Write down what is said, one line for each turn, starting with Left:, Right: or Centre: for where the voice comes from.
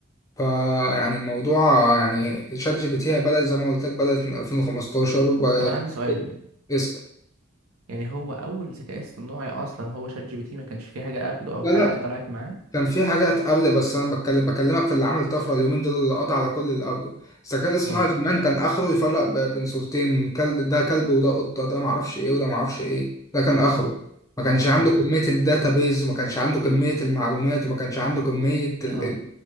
Left: فيعني الموضوع يعني شات جي بي تي بدأت زي ما قلت لك بدأت من 2015 وب-
Right: طب انا عندي سؤال
Left: اسأل
Right: يعني هو اول ذكاء اصطناعي اصلا هو شات جي بي تي ما كانش فيه حاجه قبله او
Left: لا
Right: حاجه
Left: لا
Right: طلعت معاه
Left: كان في حاجات قبل بس انا بتكلم بكلمك في اللي عمل طفره اليومين دول اللي قضى على كل اللي قبله الذكاء الاصطناعي
Right: اه
Left: زمان كان اخره يفرق ب- بين صورتين كل ده كلب وده قطه ده معرفش ايه وده معرفش ايه ده كان اخره
Right: اه
Left: ما كانش عنده
Right: أمم،
Left: كميه الداتابيز وما كانش عنده كميه المعلومات وما كانش عنده كميه ال...
Right: اه
Left: ال-